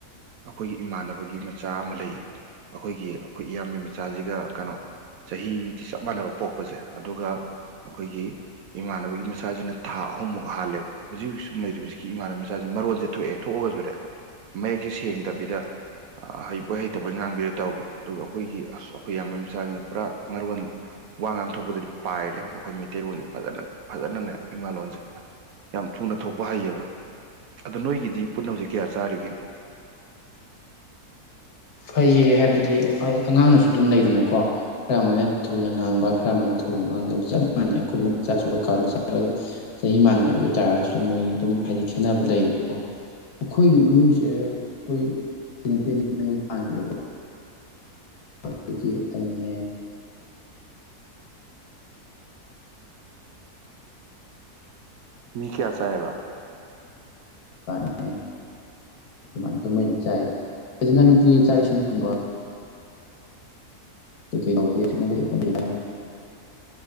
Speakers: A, on the right; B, on the left.
A: ꯑꯈꯣꯏꯒꯤ ꯏꯃꯥꯟꯅꯕꯒꯤ ꯃꯆꯥ ꯑꯃ ꯂꯩꯌꯦ ꯑꯈꯣꯏꯒꯤ ꯑꯈꯣꯏ ꯏꯌꯥꯝꯕ ꯃꯆꯥꯁꯤꯒ ꯀꯩꯅꯣ ꯆꯍꯤꯗꯤ ꯆꯞ ꯃꯥꯟꯅꯕ ꯄꯣꯛꯄꯖꯦ ꯑꯗꯨꯒ ꯑꯈꯣꯏꯒꯤ ꯏꯃꯥꯟꯅꯕꯒꯤ ꯃꯆꯥꯖꯤꯅ ꯊꯥ ꯑꯍꯨꯝꯃꯨꯛ ꯍꯥꯜꯂꯦꯕ ꯍꯧꯖꯤꯛ ꯍꯧꯖꯤꯛ ꯁꯨꯝ ꯂꯩꯔꯤ ꯍꯨꯖꯤꯛꯀꯤ ꯏꯃꯥꯟꯅꯕ ꯃꯆꯥꯖꯦ ꯃꯔꯣꯟꯁꯦ ꯊꯣꯛꯑꯦ ꯊꯣꯛꯑꯒꯁꯨꯅꯦ ꯃꯌꯦꯛꯁꯦ ꯁꯦꯡꯗꯕꯤꯗ ꯍꯩꯕꯣꯏ ꯍꯩꯇꯕꯣꯢ ꯉꯥꯡꯕꯤꯗꯣ ꯇꯧꯔꯤ ꯑꯗꯨꯒ ꯑꯈꯣꯏꯒꯤ ꯑꯁ ꯑꯈꯣꯏ ꯏꯌꯥꯝꯕ ꯃꯆꯥꯁꯤꯅ ꯄꯨꯔꯥ ꯃꯔꯣꯟ ꯋꯥ ꯉꯥꯡꯊꯣꯛꯄꯗꯗꯤ ꯄꯥꯏꯔꯦ ꯑꯈꯣꯏ ꯃꯩꯇꯩꯔꯣꯟꯁꯦ ꯐꯖꯅ ꯐꯖꯅꯅꯦ ꯏꯃꯥꯂꯣꯟꯁꯦ ꯌꯥꯝ ꯊꯨꯅ ꯊꯣꯛꯄ ꯍꯩꯌꯦꯕ ꯑꯗꯣ ꯅꯣꯏꯒꯤꯗꯤ ꯄꯨꯟꯅ ꯍꯧꯖꯤꯛ ꯀꯌꯥ ꯆꯥꯔꯤꯒꯦ <inaudible>
B: ꯐꯩꯌꯦ ꯍꯥꯏꯕꯗꯤ ꯑꯉꯥꯡꯅꯁꯨ ꯑꯗꯨꯝ ꯂꯩꯗꯅꯀꯣ ꯈꯔ ꯑꯃꯅ ꯊꯨꯅ ꯉꯥꯡꯕ ꯈꯔ ꯑꯃꯅ ꯊꯨꯅ ꯉꯥꯡꯗꯕ ꯆꯞ ꯃꯥꯟꯅꯩ ꯑꯈꯣꯏ ꯃꯆꯥꯁꯨ ꯑꯈꯣꯏ ꯀꯥ ꯃꯆꯥꯒ ꯑꯗꯨꯝ ꯆꯍꯤ ꯃꯥꯟꯅꯩꯕ ꯑꯗꯨ ꯑꯣꯏ ꯇꯔꯁꯨ ꯃꯣꯏꯒꯤ ꯑꯗꯨꯝ ꯍꯥꯏꯗꯤ ꯈꯦꯠꯅꯕ ꯂꯩꯌꯦꯕꯀꯣ ꯑꯩꯈꯣꯏꯒꯤ ꯏꯃꯨꯡꯁꯦ ꯑꯩꯈꯣꯏ ꯏꯆꯟꯅꯨꯄꯤ ꯑꯅꯤ ꯃꯌꯨꯝ <unintelligible> ꯑꯗꯒꯤ ꯑꯩꯅꯦ
A: ꯃꯤ ꯀꯌꯥ ꯆꯥꯏꯑꯦꯕ
B: ꯅꯦ ꯈꯣꯢꯃꯥꯅꯦ ꯈꯣꯢ ꯃꯔꯤꯗꯪ ꯆꯥꯏꯌꯦ <unintelligible> ꯅꯪꯗꯤ ꯆꯥꯛ ꯏꯁꯤꯡ ꯊꯣꯡꯕ ꯀꯩ ꯀꯩ ꯌꯥꯎꯒꯦ ꯍꯖꯤꯛꯅ ꯀꯩ ꯍꯣꯠꯅꯔꯤꯒꯦ